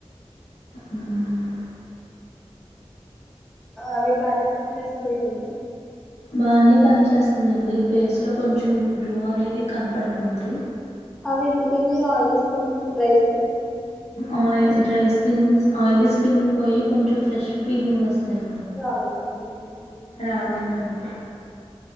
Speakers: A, on the left; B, in the centre.
A: మ్మ్ మ్మ్
B: అవి బాగానే పనిచేస్తాయంండి
A: బానే పని చేేస్తుందిండి ఫేస్ లో కొంచెం గ్లో అనేది కనపడుతుంది
B: అవి ఎందుకండి ఆయి ఇస్తు రైస్
A: అ డ్రైస్ స్కిన్ ఆయిలీ స్కిన్ పోయి కొంచెం ఫ్రెష్ ఫీలింగ్ వస్తాయి
B: రావడానికినికి
A: రావడానికండి